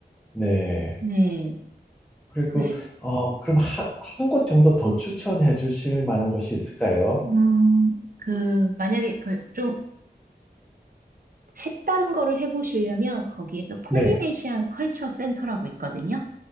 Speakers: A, in the centre; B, on the right (about 55°).
A: 네.
B: 네,
A: 그리고
B: 그 해,
A: 어, 그럼 한, 한 곳 정도 더 추천해 주실 만한 곳이 있을까요?
B: 음, 그, 만약에 그 좀 색다른 거를 해보시려면 거기에 그 폴리네시안
A: 네,
B: 컬처 센터라고 있거든요.